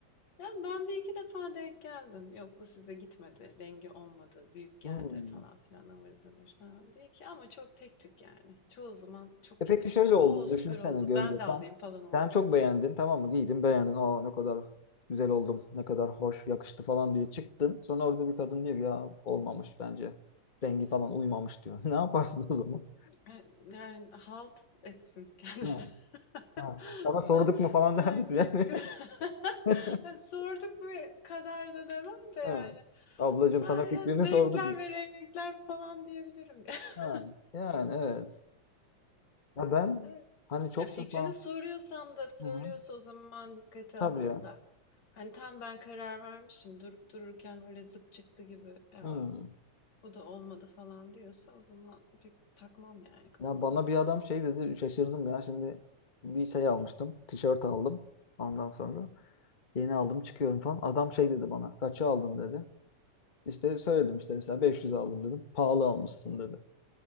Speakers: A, on the left; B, on the left.
A: Ya ben bir iki defa denk geldim. Yok bu size gitmedi. Rengi olmadı. Büyük geldi
B: Hmm.
A: falan filan ıvır zıvır. Ha, bir iki ama çok tek tük yani. Çoğu zaman çok
B: E peki
A: yakışmış.
B: şöyle oldu.
A: Oo süper
B: Düşünsene
A: oldu.
B: Gözde
A: Ben de alayım
B: sen.
A: falan oluyorlar.
B: Sen çok beğendin tamam mı? Giydin beğendin. Aa ne kadar güzel oldum. Ne kadar hoş yakıştı falan diye çıktın. Sonra orada bir kadın diyor ki, ya olmamış bence. Rengi falan uymamış diyor. <laughs> Ne yaparsın o zaman?
A: Eee, yani, halt etsin kendisi.
B: Ha,
A: <laughs>
B: ha. Sana sorduk
A: Ben
B: mu falan <laughs> der
A: ben
B: misin
A: giyip
B: yani?
A: çıkıyorum. <laughs>
B: <laughs>
A: Ya, sorduk mu kadar da demem de yani.
B: Ha. Ablacığım
A: Ha,
B: sana
A: ya,
B: fikrini
A: zevkler
B: sorduk mu?
A: ve renkler falan diyebilirim. <laughs>
B: Ha. Yani evet. Ya ben
A: Evet.
B: hani çok
A: Ha, fikrini
B: defa
A: soruyorsam da söylüyorsa
B: Hı hı.
A: o zaman dikkate
B: tabii
A: alırım
B: ya.
A: da. Hani, tam ben karar vermişim, durup dururken öyle zıp çıktı gibi, "Ya,
B: Hı.
A: bu da olmadı." falan diyorsa o zaman pek takmam yani kafama.
B: Ya bana bir adam şey dedi şaşırdım ya şimdi bir şey almıştım tişört aldım ondan sonra yeni aldım çıkıyorum falan adam şey dedi bana kaça aldın dedi İşte söyledim işte mesela 500 aldım dedim pahalı almışsın dedi